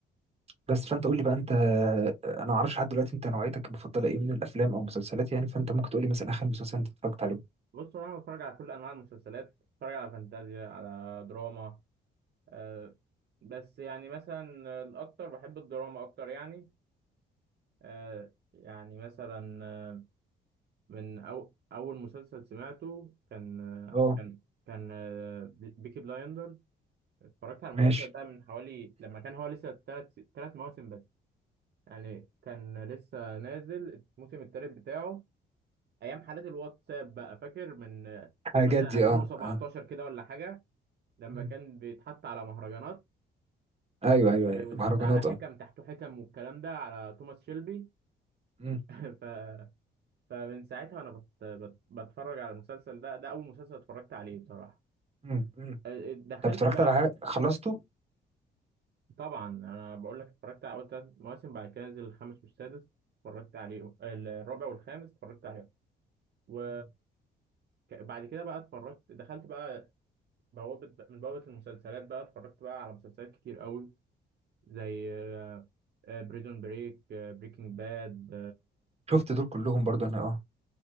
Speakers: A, on the right; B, on the right.
A: بس فانت قول لي بقى انت انا ما اعرفش لحد دلوقتي انت نوعيتك المفضله ايه من الافلام او المسلسلات يعني فانت ممكن تقول لي مثلا اخر مسلسل انت اتفرجت عليه
B: بص انا بتفرج على كل انواع المسلسلات بتفرج على فانتازيا على دراما آه بس يعني مثلا الاكتر بحب الدراما اكتر يعني آه يعني مثلا آه، من أو اول مسلسل سمعته كان آه،
A: اه
B: كان كان آه، بيكي بلايندر اتفرجت على المسلسل
A: ماشي
B: ده من حوالي لما كان هو لسه ثلاث ثلاث مواسم بس يعني كان لسه نازل الموسم الثالث بتاعه ايام حالات الواتساب بقى فاكر من آه، قول
A: حاجات
B: مثلا
A: دي
B: 2017
A: اه آه.
B: كده ولا حاجه لما
A: مم.
B: كان بيتحط على مهرجانات
A: ايوه ايوه
B: ويتحط
A: ايوه مهرجانات
B: على حكم
A: اه
B: تحته حكم والكلام ده على توماس شيلبي
A: مم.
B: <laughs> ف... فمن ساعتها انا بت... بت... بتفرج على المسلسل ده ده اول مسلسل اتفرجت عليه بصراحه
A: مم. مم.
B: آه، دخلت
A: طب اتفرجت
B: بقى
A: على حاجه خلصته
B: طبعا انا بقول لك اتفرجت على اول ثلاث مواسم بعد كده نزل الخامس والسادس اتفرجت عليه الرابع والخامس اتفرجت عليهم و...
A: مم.
B: ك- بعد كده بقى اتفرجت دخلت بقى بوابة من بوابة المسلسلات بقى اتفرجت بقى على مسلسلات كتير قوي زي بريزون بريك بريكنج باد
A: شفت دول كلهم برضو انا اه